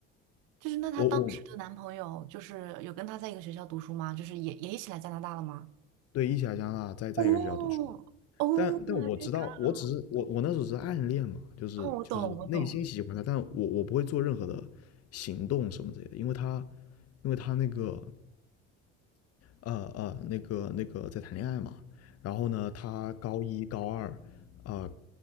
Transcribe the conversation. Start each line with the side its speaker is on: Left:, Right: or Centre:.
Right: 就是那她当时的男朋友，
Left: 我我
Right: 就是有跟她在一个学校读书吗？就是也也一起来加拿大了吗？
Left: 对一起来加拿大在在一个学校读书，
Right: 哦，Oh
Left: 但但我知道，
Right: my god！
Left: 我只是我我那时候只是暗恋嘛，就是就是内心喜欢他，
Right: 哦，我懂，我懂，
Left: 但我我不会做任何的行动什么之类的，因为他因为他那个呃呃那个那个在谈恋爱嘛，然后呢，他高一高二，呃，